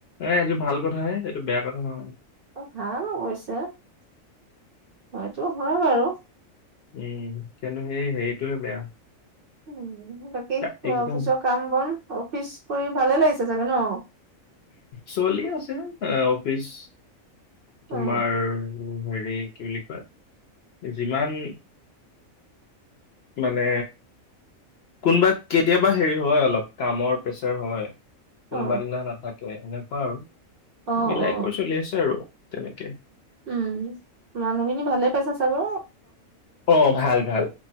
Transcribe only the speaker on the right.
অ ভাল অৱশ্যে ।সেটো হয় বাৰু
উম বাকী
অফিচৰ কাম বন অফিচ কৰি ভালে লাগিছে চাগে ন?
অ
অ
অ
অ
উম মানুহখিনি ভালে পাইছা চাগে?